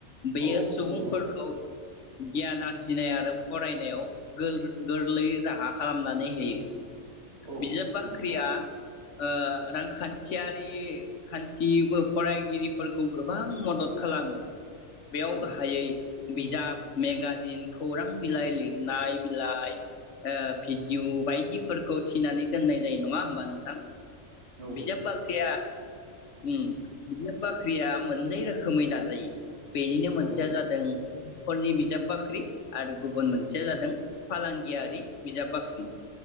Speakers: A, on the left (about 80°); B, on the right (about 65°).
A: बेयो
B: औ
A: सुबुंफोरखौ
B: नंगौ
A: गियान आरजिनाय आरो फरायनायाव गोर-गोरलै राहा खालामनानै होयो
B: औ
A: बिजाब बाख्रिया।
B: नंगौ
A: ओ रांखान्थियारि खान्थिबो फरायगिरिफोरखौ गोबां मदद खालामो। बेयाव
B: औ
A: गाहायै बिजाब मेगाजिन खौरां बिलाइ लिरनाय बिलाइ ओ भिडिअ बायदिफोरखौ थिनानै दोननाय जायो नङा होमबा नोंथां।
B: औ
A: बिजाब
B: नंगौ
A: बाख्रिया उम बिजाब बाख्रिया मोननै रोखोमै दाजायो बेनिनो मोनसेया
B: औ नंगौ
A: जादों हरनि बिजाब बाख्रि। आरो गुबुन
B: औ
A: मोनसेया जादों फालांगियारि बिजाब बाख्रि।